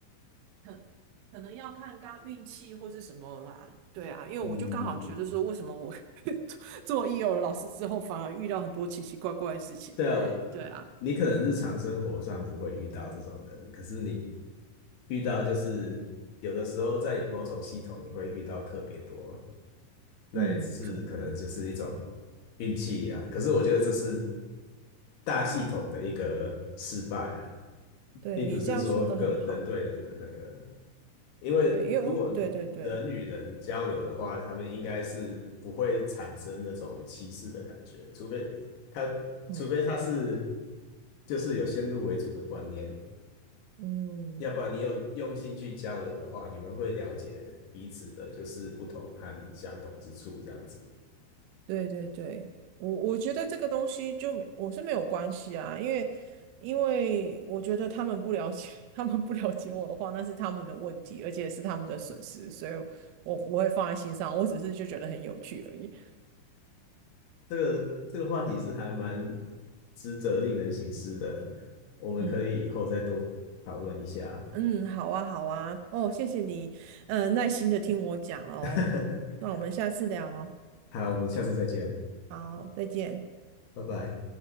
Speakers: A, on the right; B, on the left.
A: 很可能要看刚运气或是什么啦。对啊，因为我就刚好觉得说，
B: 嗯嗯嗯，
A: 为什么我 <laughs> 做一友老师之后，反而遇到很多奇奇怪怪的事情。
B: 对啊，我
A: 对啊，
B: 你可能日常生活上不会遇到这种人，可是你遇到就是有的时候在某种系统你会遇到特别多，那也是可能就是一种
A: 嗯，可能。
B: 运气啊。可是我觉得这是大系统的一个失败啊，
A: 对你这样说的很好。
B: 并不是说个人对人的那个。因为如果
A: 对，因为对对对，
B: 人与人交流的话，他们应该是不会产生那种歧视的感觉，除非他，
A: 嗯
B: 除非他是就是有先入为主的观念，
A: 嗯，
B: 要不然你有用心去交流的话，你们会了解彼此的就是不同和相同之处，这样子。
A: 对对对，我我觉得这个东西就没我是没有关系啊，因为因为我觉得他们不了解，<laughs> 他们不了解我的话，那是他们的问题，而且是他们的损失，所以我不会放在心上，我只是就觉得很有趣而已。
B: 这个这个话题是还蛮值得令人省思的，我们可以以后再多讨论一下。
A: 嗯嗯，好啊好啊，哦，谢谢你，呃，耐心的听我讲哦，
B: <laughs>
A: 那我们下次聊，
B: 好，我们下次再见，
A: 好，再见。
B: 拜拜。